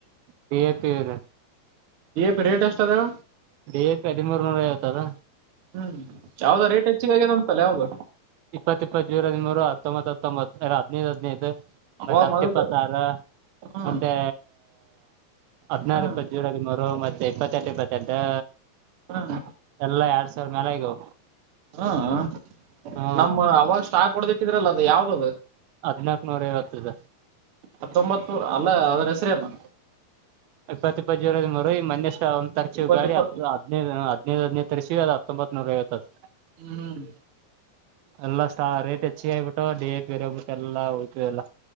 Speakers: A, on the right; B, on the right.
A: ತರ
B: ಪ ರೇಟ್ ಎಷ್ಟ ಅದಾವ
A: ಡೇ ಹದಿಮೂರ್ನೂರ ಯತದಾ
B: ಹ್ಮ್ ಯಾವದ ರೇಟ್ ಹೆಚ್ಚಿಗ ಆಗ್ಯದ ಅಂತಲ್ಲ ಯಾವ್ದ
A: ಇಪ್ಪತ್ತ ಇಪ್ಪತ್ ಜೂರ ಹದ ಮೂೂರು ಹತ್ತೊಂಬತ್ ಹತ್ತೊಂಬತ್ತು ಎರ ಹದಿನೈದು ಹದಿನೈದು
B: ಅವಾಗ
A: ಮತ್ತತ್ತೆಪ್ಪತಾರ
B: ಮೊದಲು ಹ್ಮ್
A: ಮತ್ತೆ ಹದ್ಿನಾರಪ್ಪ
B: ಹ್ಮ್
A: ಜೋಡದ ಮರು ಮತ್ತೆ ಇಪ್ಪತ್ತೆಂಟು ಇಪ್ಪತ್ತೆಂಟು
B: ಹ್ಮ್
A: ಎಲ್ಲ ಎರಡ್ ಸಾವಿರ ಮೇಾಲಗ
B: ಹ್ಮ
A: ಹ್ಮ
B: ನಮ್ಮ ಅವಾಗ ಸ್ಟಾಕ್ ಹೊಡ್ದಿಟ್ಟಿದ್ರಲ್ಲ ಅದು ಯಾವ್ದದು
A: ಹದ್ನಾಾಕ್ನೂರ ಐವತ್ತುದ
B: ಹತ್ತೊಂಬತ್ ನೂರ ಅಲ್ಲ ಅದ್ರ ಹೆಸ್ರೇ ಅಲ್ಲ
A: ಇಪ್ಪತ್ತಪ್ಪಜರ ಮರು ಮನ್ನೆಷ್ಟ ಒ್ ತರ್ಚಿ
B: ಇಪ್ಪತ್ತ
A: ಗಳಿ
B: ಇಪ್ಪ
A: ಹತ್ತು ಹದಿನೈದು ಹದ್ೈದು ಹದ್ನೈದು ತರಿಸಸಿ ಅದ ಹತ್ತೊಂಬತ್ನೂರ ವತ್ತು
B: ಹ್ಮ್
A: ಎಲ್ಲ ಸ ರೇಟ್ ಹೆಚ್ಚಿಗೆ ಆಗಬಿಟ್ಟು ಡಿ ಎ ಪೇರ್ ಹಗ್ಬಿಟ್ಟು ಎಲ್ಲಾ ಹೋಗ್ತಿದೆ ಎಲ್ಲ